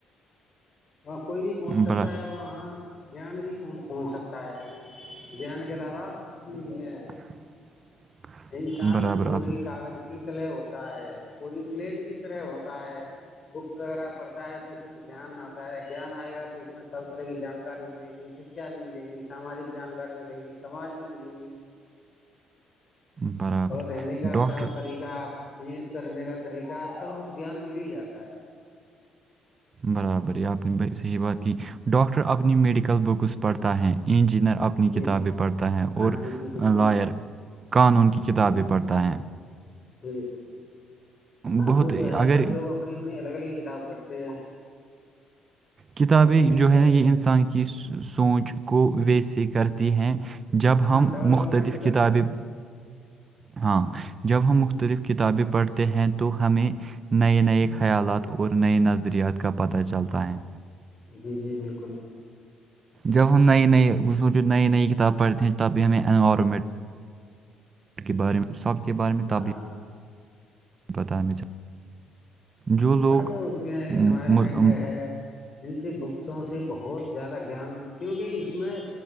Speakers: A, on the left; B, on the right.
A: وہاں کوئی نہیں پہنچ سکتا
B: برا
A: ہے وہاں جان بھی کون کھن سکتا ہے جیان کے علاوہ کچھ نہیں ہے
B: <unintelligible>
A: انسان
B: برابر
A: کووری
B: آپ نے
A: کاغذ کی تلے ہو ہے کوری سلیٹ کی طرح ہوتا ہے بکس وغیرہ پڑھتا ہے تو اس میں دھیان آتا جان آئے گا تو اس میں سب طرح کی جانکاری ملے گی شکچھا بھی ملے گی ساماجک جانکاری ملے گی س سماج کی ملے گی
B: برابر
A: اور رہنے کا
B: ڈاکٹر
A: طور طریقہ بزنس کرنے کا طریقہ سب کچھ گان میں مل ہی جاتا ہے
B: برابر یہ آپ نے صحیح بات کی ڈاکٹر اپنی میڈیکل بکس پڑھتا ہے انجینئر اپنی
A: جی
B: کتابیں پڑھتا ہے
A: ہاں
B: اور
A: جی جی بالکل
B: لائر قانون کی کتابیں
A: ہ
B: پڑھتا ہے
A: جی ہاں
B: بہت
A: وہ تو ہے
B: اگر
A: سب لوگ اپنی اپنی الگ الگ ہی کتاب پڑھتے ہیں
B: کتابیں
A: اور ٹیچر
B: جو ہیں نا یہ انسان کی سوچ کو ویس کرتی ہیں جب ہم
A: ہاں ڈیولپمنٹ
B: مختلف
A: کرتے
B: کتابیں
A: ہیں
B: ہاں جب ہم مختلف کتابیں پڑھتے ہیں تو ہمیں نئے نئے خیالات اور نئے نظریات کا پتہ چلتا ہے
A: جی جی بالکل
B: جب ہم نئی نئی سوچو نئی نئی کتاب پڑھتے ہیں تب بھی ہمیں انوائرمنٹ کے بارے میں سب کے بارے میں تبی
A: ہاں
B: پت ہے جو لوگ
A: پر وہ
B: م-
A: کی انوائرمنٹ
B: م-
A: ہے ان سے بکسوں سے بہت زیادہ گیان کیونکہ اس میں